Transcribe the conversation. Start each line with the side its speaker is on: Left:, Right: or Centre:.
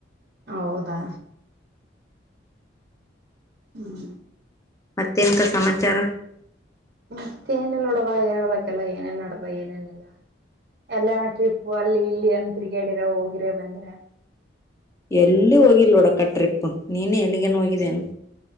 Right: ಹೌದಾ ಹ್ಮಞ
Left: ಮತ್ತೆಂತ ಸಮಾಚಾರ
Right: ಮತ್ತ ಏನಿಲ್ಲ ನೋಡವ ಹೇಳ್ಬೇಕಲ್ಲ ಏನೇನ್ ನಡದ ಏನೇನ ಇಲ್ಲ. ಎಲ್ಲನ ಟ್ರಿಪ್ ಅಲ್ಲಿ ಇಲ್ಲಿ ಏನ್ ತಿರುಗಾಡಿರ ಹೋಗಿರ ಬಂದ್ರೆ
Left: ಎಲ್ಲಿ ಹೋಗಿಲ್ಲ ನೋಡಕ ಟ್ರಿಪ್ ನೀನ ಎಲ್ಲಿಗೇನ್ ಹೋಗಿದ್ದೇನು